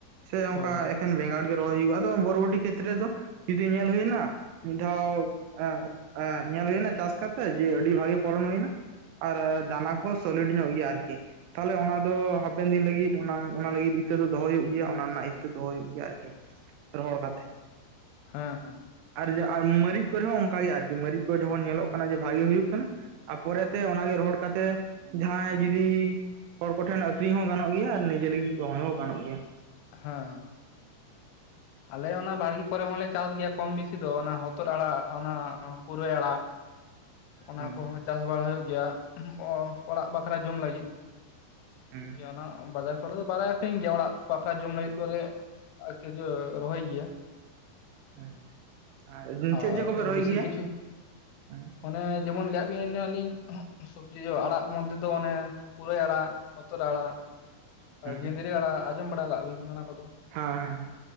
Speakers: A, on the right (about 85°); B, on the left (about 80°).
A: ᱥᱮ
B: ᱦᱳᱭ
A: ᱚᱱᱠᱟ ᱠᱷᱮᱱ ᱵᱮᱸᱜᱟᱲ ᱜᱮ ᱨᱚᱦᱚᱭ ᱦᱩᱭᱩᱜᱼᱟ ᱟᱫᱚ ᱵᱚᱨᱚᱵᱚᱨᱚᱴᱤ ᱠᱷᱮᱛᱨᱮ ᱫᱚ ᱡᱩᱫᱤ ᱧᱮᱞ ᱦᱩᱭᱮᱱᱟ ᱢᱤᱫ ᱫᱷᱟᱣ <unintelligible> ᱧᱮᱞ ᱦᱩᱭᱱᱟ ᱪᱟᱥ ᱠᱟᱛᱮᱜ ᱡᱮ ᱟᱹᱰᱤ ᱵᱷᱟᱜᱤ ᱯᱷᱚᱞᱚᱱ ᱦᱩᱭᱱᱟ ᱟᱨ ᱫᱟᱱᱟ ᱠᱚᱦᱚᱸ ᱥᱚᱞᱤᱰ ᱧᱚᱜ ᱜᱮᱭᱟ ᱟᱨᱠᱤ ᱛᱟᱦᱚᱞᱮ ᱚᱱᱟ ᱫᱚ ᱦᱟᱯᱮᱱ ᱫᱤᱱ ᱞᱟᱹᱜᱤᱫ ᱚᱱᱟ ᱚᱱᱟ ᱞᱟᱹᱜᱤᱫ ᱤᱛᱟᱹ ᱫᱚ ᱫᱚᱦᱚ ᱦᱩᱭᱩᱜ ᱜᱮᱭᱟ ᱚᱱᱟ ᱨᱮᱱᱟᱜ ᱤᱛᱟᱹ ᱫᱚᱦᱚ ᱦᱩᱭᱩᱜ ᱜᱮᱭᱟ ᱟᱨᱠᱤ ᱾ ᱨᱚᱦᱚᱲ ᱠᱟᱛᱮ
B: ᱦᱮᱸ ᱦᱮᱸ
A: ᱟᱨ ᱢᱟᱹᱨᱤᱪ ᱠᱚᱨᱮ ᱦᱚᱸ ᱚᱱᱠᱟ ᱜᱮ ᱟᱨᱠᱤ ᱢᱟᱹᱨᱤᱪ ᱠᱚ ᱡᱚᱠᱷᱚᱱ ᱧᱮᱞᱚᱜ ᱠᱟᱱᱟ ᱡᱮ ᱵᱷᱟᱜᱤ ᱦᱩᱭᱩᱜ ᱠᱟᱱᱟ ᱟᱨ ᱯᱚᱨᱮᱛᱮ
B: ᱦᱮᱸ
A: ᱚᱱᱟᱜᱮ ᱨᱚᱲ ᱠᱟᱛᱮ ᱡᱟᱦᱟᱸᱭ ᱡᱩᱫᱤ ᱦᱚᱲ ᱠᱚᱴᱷᱮᱱ ᱟᱠᱷᱨᱤᱧ ᱦᱚᱸ ᱜᱟᱱᱚᱜ ᱜᱮᱭᱟ ᱟᱨ ᱱᱤᱡᱮ ᱞᱟᱹᱜᱤᱫ ᱫᱚᱦᱚᱭ ᱦᱚᱸ ᱜᱟᱱᱚᱜ ᱜᱮᱭᱟ᱾
B: ᱦᱟᱸ᱾ ᱟᱞᱮ ᱚᱱᱟ ᱵᱟᱲᱜᱮ ᱠᱚᱨᱮ ᱦᱚᱸᱞᱮ ᱪᱟᱥ ᱜᱮᱭᱟ ᱠᱚᱢ ᱵᱮᱥᱤ ᱫᱚ ᱚᱱᱟ ᱦᱚᱛᱚᱫ ᱟᱲᱟᱜ ᱚᱱᱟ ᱯᱩᱨᱟᱹᱭ ᱟᱲᱟᱜ᱾ ᱚᱱᱟ
A: ᱦᱩᱸ
B: ᱠᱚᱦᱚᱸ ᱪᱟᱥ ᱵᱟᱲᱟ ᱦᱩᱭᱩᱜ ᱜᱮᱭᱟ ᱚ ᱚᱲᱟᱜ ᱵᱟᱠᱷᱨᱟ ᱡᱚᱢ ᱞᱟᱹᱜᱤᱫ᱾
A: ᱦᱩᱸ
B: ᱡᱟᱱᱟ ᱵᱟᱡᱟᱨ ᱠᱚᱨᱮ ᱫᱚ ᱵᱟᱞᱟᱭ ᱟᱠᱠᱷᱨᱤᱧ ᱜᱮᱭᱟ ᱚᱲᱟᱜ ᱵᱟᱠᱷᱨᱟ ᱡᱚᱢ ᱞᱟᱹᱜᱤᱫ ᱫᱚᱞᱮ ᱟᱨᱠᱤ ᱤᱭᱟᱹ ᱨᱚᱦᱚᱭ ᱜᱮᱭᱟ
A: ᱦᱩᱸ ᱟᱨ
B: ᱟᱨ
A: ᱪᱮᱫ ᱪᱮᱫ ᱠᱚᱯᱮ ᱨᱚᱦᱚᱭ
B: ᱵᱤᱥᱤ
A: ᱜᱮᱭᱟ
B: ᱠᱤᱪᱷᱩ,
A: ᱦᱮᱸ
B: ᱚᱱᱮ ᱡᱮᱢᱚᱱ ᱞᱟᱹᱭᱟᱜ ᱵᱤᱱᱟᱞᱤᱧ ᱚᱦᱚᱸᱜ ᱥᱚᱵᱽᱡᱤ ᱦᱚ ᱟᱲᱟᱜ ᱢᱚᱫᱽᱫᱷᱮ ᱫᱚ ᱚᱱᱮ ᱯᱩᱨᱟᱹᱭ ᱟᱲᱟᱜ, ᱦᱚᱛᱚᱫ ᱟᱲᱟᱜ,
A: ᱦᱮᱸ
B: ᱜᱮᱸᱫᱽᱨᱤ ᱟᱲᱟ ᱟᱸᱡᱚᱢ ᱵᱟᱲᱟ ᱠᱟᱜ ᱵᱤᱱ ᱚᱱᱟ ᱠᱚᱫᱚ?
A: ᱦᱮᱸ ᱦᱮᱸ ᱾